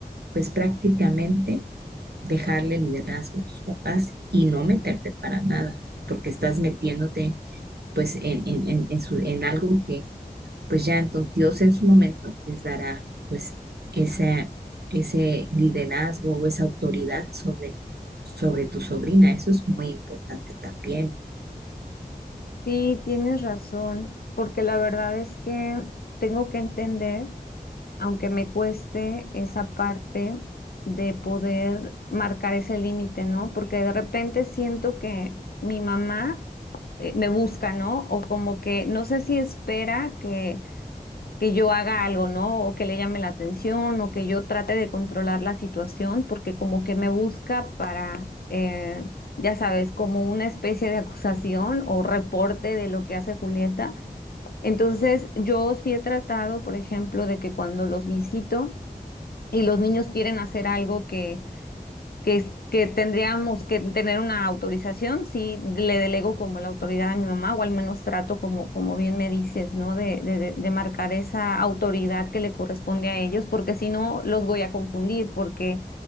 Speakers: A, on the right; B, on the left.
A: pues prácticamente dejarle liderazgo a tus papás y no meterte para nada, porque estás metiéndote pues en, en, en, en su- en algo que pues ya entonces Dios en su momento les dará pues ese, ese liderazgo o esa autoridad sobre, sobre tu sobrina. Eso es muy importante también.
B: Sí, tienes razón, porque la verdad es que tengo que entender. aunque me cueste esa parte de poder marcar ese límite, ¿no? Porque de repente siento que mi mamá eh, me busca, ¿no? O como que no sé si espera que, que yo haga algo, ¿no? O que le llame la atención o que yo trate de controlar la situación, porque como que me busca para, eh, ya sabes, como una especie de acusación o reporte de lo que hace Julieta. Entonces, yo sí he tratado, por ejemplo, de que cuando los visito y los niños quieren hacer algo que que, es- que tendríamos que tener una autorización, sí le delego como la autoridad a mi mamá, o al menos trato como, como bien me dices, ¿no? De, de, de de marcar esa autoridad que le corresponde a ellos, porque si no los voy a confundir, porque